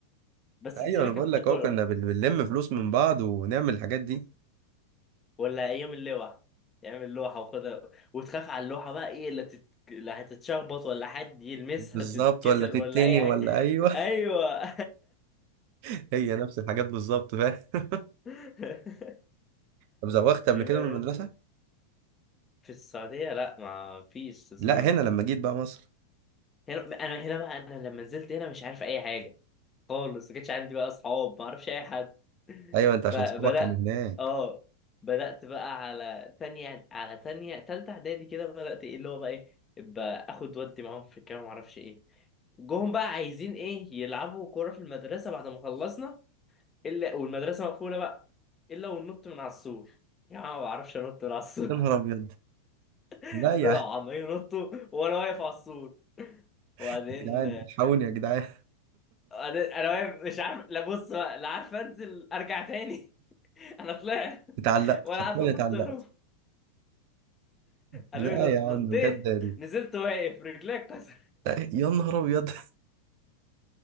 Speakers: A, on the left (about 20°); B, on the right (about 45°).
A: بس
B: ايوه
A: الزينه
B: انا
A: كانت
B: بقول
A: بتكبر
B: لك اهو كنا بن- بنلم فلوس من بعض ونعمل الحاجات دي
A: ولا ايام اللوحه يعمل لوحه وخدها وتخاف على اللوحه بقى ايه اللي تت... اللي هتتشخبط ولا حد يلمسها
B: بالظبط
A: تتكسر
B: ولا تتني
A: ولا اي حاجه
B: ولا ايوه
A: ايوه
B: <laughs> هي نفس الحاجات بالظبط فاهم
A: <laughs>
B: طب زوغت
A: ايه
B: قبل كده
A: ده يا
B: من المدرسة؟
A: اسطى؟ في السعوديه لا ما فيش تزويق
B: لا هنا لما جيت بقى مصر
A: هنا انا هنا بقى انا لما نزلت هنا مش عارف اي حاجه خالص ما كانش عندي بقى اصحاب ما اعرفش اي حد <laughs>
B: ايوه انت عشان
A: فبدات
B: صحابك كانوا هناك
A: اه بدات بقى على تانية على تانية تالتة اعدادي كده بدات ايه اللي هو بقى ايه ابقى اخد ودي معاهم في الكلام ما اعرفش ايه جوهم بقى عايزين ايه يلعبوا كوره في المدرسه بعد ما خلصنا الا والمدرسه مقفوله بقى الا وننط من على السور يا عم ما بعرفش انط من على السور
B: يا نهار ابيض
A: <laughs>
B: لا يا
A: طلعوا
B: عم
A: عمالين ينطوا وانا واقف على السور وبعدين
B: يا جدعان الحقوني يا جدعان
A: انا أنا واقف مش عارف لا بص بقى لا عارف انزل ارجع تاني <laughs> انا طلعت
B: اتعلقت
A: ولا
B: حرفيا
A: عارف انط
B: اتعلقت
A: لهم
B: لا
A: قالوا لي نط
B: يا
A: نطيت
B: عم بجد ال-
A: نزلت واقف رجليك كسر
B: لا، يا نهار ابيض